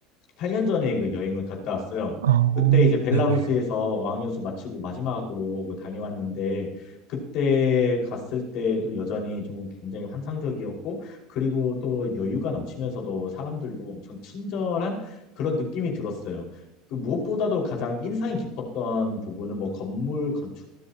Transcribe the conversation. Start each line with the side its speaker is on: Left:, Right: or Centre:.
Left: 8년 전에 그 여행을 갔다 왔어요.
Right: 아, 어,
Left: 그때 이제 벨라루스에서
Right: 네네.
Left: 어학연수 마치고 마지막으로 그 다녀왔는데 그때 갔을 때도 여전히 좀 굉장히 환상적이었고 그리고 또 여유가 넘치면서도 사람들도 엄청 친절한 그런 느낌이 들었어요. 그 무엇보다도 가장 인상이 깊었던 부분은 뭐 건물 건축